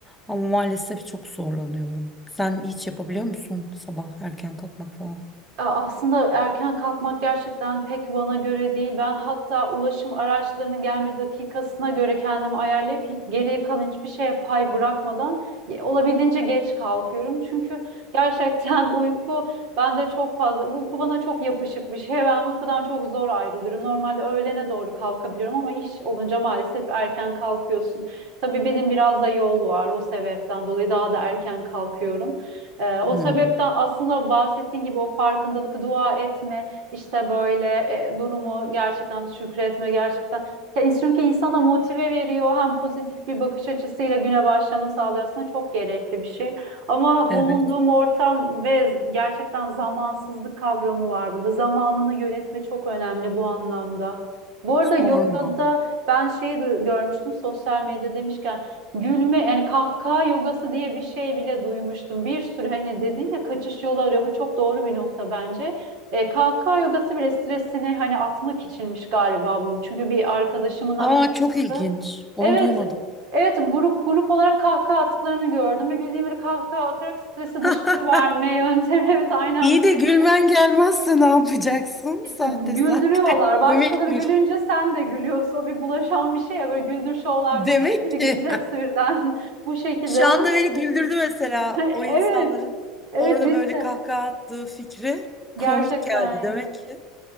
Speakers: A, in the centre; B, on the right.
A: Ama maalesef çok zorlanıyorum. Sen hiç yapabiliyor musun sabah erken kalkmak falan?
B: A- Aslında erken kalkmak gerçekten pek bana göre değil. Ben hatta ulaşım araçlarının gelme dakikasına göre kendimi ayarlayıp hiç, geriye kalan hiçbir şeye pay bırakmadan ye- olabildiğince geç kalkıyorum. Çünkü gerçekten <laughs> uyku bende çok fazla, uyku bana çok yapışık bir şey. Ben uykudan çok zor ayrılıyorum. Normalde öğlene doğru kalkabiliyorum ama iş olunca maalesef erken kalkıyorsun. Tabii benim biraz da yol var o sebepten dolayı daha da erken kalkıyorum. Ee, o
A: Hmm,
B: sebepten aslında bahsettiğin gibi o farkındalık, dua etme, işte böyle e, durumu gerçekten şükretme, gerçekten Ya çünkü insana motive veriyor, hem pozitif bir bakış açısıyla güne başlamanı sağlıyor. Aslında çok gerekli bir şey. Ama
A: evet
B: bulunduğum ortam ve gerçekten zamansızlık kavramı var burada. Zamanını yönetme çok önemli bu anlamda. Bu arada
A: sorma.
B: yogada ben şeyi du- görmüştüm sosyal medya demişken Gülme yani kahkaha yogası diye bir şey bile duymuştum. Bir sürü hani dedin ya kaçış yolu arıyor. Bu çok doğru bir nokta bence. E, kahkaha yogası bile stresini hani atmak içinmiş galiba bu. Çünkü bir arkadaşımın aklında.
A: Aa çok ilginç. Onu
B: Evet.
A: duymadım.
B: Evet grup grup olarak kahkaha attıklarını gördüm ve bildiğim bir kahkaha atarak stresi
A: <laughs>
B: dışarı verme yöntemi. <laughs> Evet aynen
A: İyi
B: bu
A: de gülmen
B: şekilde.
A: gelmezse ne yapacaksın?
B: İşte
A: Sahte
B: güldürüyorlar.
A: sahte. <laughs>
B: Başkaları
A: Komikmiş.
B: gülünce sen de gülüyorsun. O bir bulaşan bir şey ya. Böyle güldür şovlarda
A: Demek
B: oluyor ya. Biri
A: ki
B: gülünce hepsi birden <laughs> bu şekilde.
A: <laughs> şu
B: Ben
A: anda
B: de
A: beni güldürdü
B: şaşırdım.
A: mesela
B: <laughs>
A: o
B: Evet.
A: insanların
B: Evet
A: orada
B: biz
A: böyle
B: de.
A: kahkaha attığı fikri
B: Gerçekten
A: komik geldi
B: ya.
A: demek ki.